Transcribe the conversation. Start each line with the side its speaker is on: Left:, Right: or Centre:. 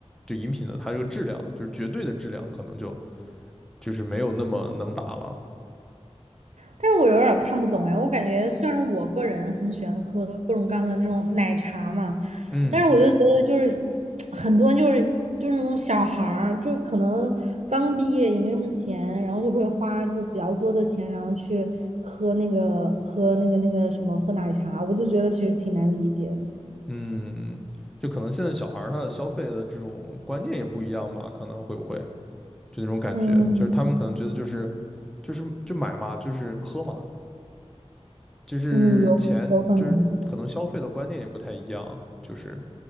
Centre: 就饮品的它这个质量，就是绝对的质量，可能就就是没有那么能打了。
Right: 但是我有点儿看不懂哎，我感觉虽然我个人很喜欢喝各种各样的那种奶茶嘛，
Centre: 嗯
Right: 但是我就觉得就是 <tsk> 很多就是就是那种小孩儿，就可能刚毕业也没什么钱，然后就会花就比较多的钱，然后去喝那个喝那个那个什么喝奶茶，我就觉得其实挺难理解的。
Centre: 嗯，就可能现在小孩儿他的消费的这种观念也不一样吧，可能会不会就那种感觉，
Right: 嗯
Centre: 就是他们可能觉得就是就是就买嘛，就是喝嘛，就是钱就是可能消费的观念也不太一样，
Right: 嗯，有有可能，
Centre: 就是。